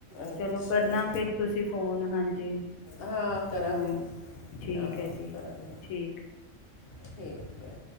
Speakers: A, on the left; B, on the left.
A: ਅੱਛਾ
B: ਚਲੋ ਕਰਨਾ ਫਿਰ ਤੁਸੀਂ ਫੋਨ ਹਾਂਜੀ
A: ਹਾਂ ਕਰਾਂਗੀ
B: ਹਾਂ। ਠੀਕ
A: ਹਾਂ
B: ਹੈ ਜੀ
A: ਕਰਗੇ।
B: ਠੀਕ।
A: ਠੀਕ ਹੈ